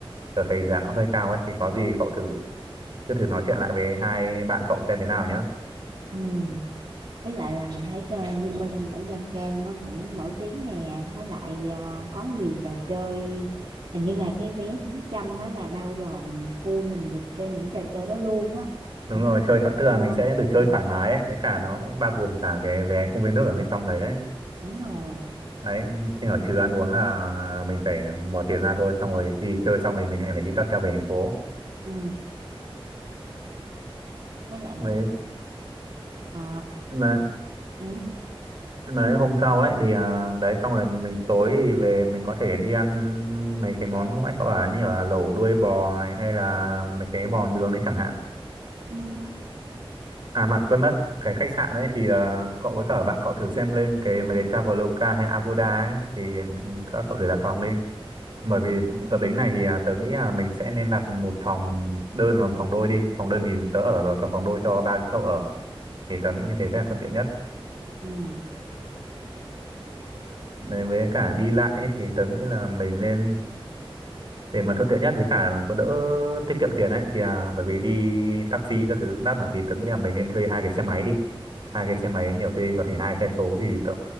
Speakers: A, on the right; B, on the right.
A: tớ thấy giá nó hơi cao ấy thì có gì cậu thử cứ thử nói chuyện lại với hai bạn cậu xem thế nào nhá
B: ừ. với lại là mình thấy uh, Vinpearl ở Nha Trang nó cũng nổi tiếng nè với lại ờ, có nhiều trò chơi hình như là cái vé 800 đó là bao gồm full là mình được chơi những trò chơi đó luôn á
A: đúng
B: mình
A: rồi chơi
B: cũng
A: thoải-
B: có mua
A: tức là mình sẽ được chơi
B: ừ,
A: thoải mái ấy với cả nó cũng bao gồm cả cái vé công viên nước ở bên trong đấy đấy
B: đúng rồi
A: đấy nhưng ở trừ ăn uống là mình phải bỏ tiền ra thôi xong rồi đi chơi xong rồi mình lại phải đi cáp treo về thành phố
B: ừ. với lại
A: đấy
B: là ờ,
A: mà
B: ừ,
A: mà hôm sau ấy thì à, đấy xong rồi mình tối thì về mình có thể đi ăn mấy cái món lúc nãy cậu bảo như là lẩu đuôi bò này hay là mấy cái bò nướng đấy chẳng hạn
B: ừ,
A: À mà quên mất cái khách sạn ấy thì ờ, cậu với cả bạn cậu thử xem lên cái mấy cái Traveloka hay Agoda ấy thì các cậu thử đặt phòng đi. Bởi vì tớ tính này thì à, tớ nghĩ là mình sẽ nên đặt một phòng đơn và một phòng đôi đi. Phòng đơn thì tớ ở rồi còn phòng đôi cho ba cậu ở thì tớ nghĩ như thế sẽ là thuận tiện nhất.
B: ừ,
A: Nên với cả đi lại ấy, thì tớ nghĩ là mình nên để mà thuận tiện nhất với cả là có đỡ tiết kiệm tiền ấy thì à, bởi vì đi taxi các thứ lát mà thì tưởng là mình nên thuê hai cái xe máy đi hai cái xe máy nhiều thuê có thể hai xe số thì tớ,